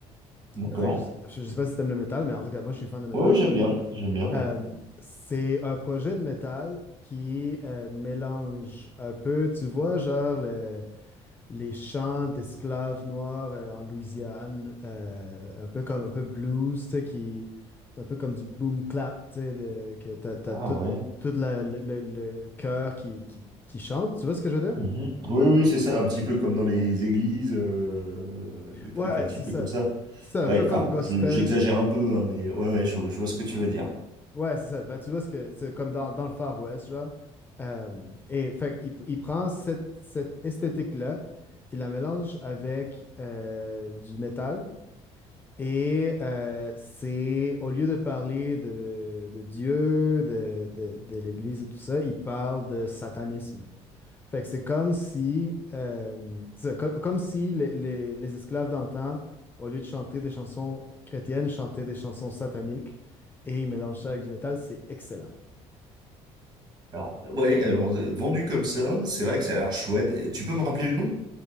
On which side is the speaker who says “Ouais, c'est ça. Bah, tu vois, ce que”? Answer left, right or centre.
Left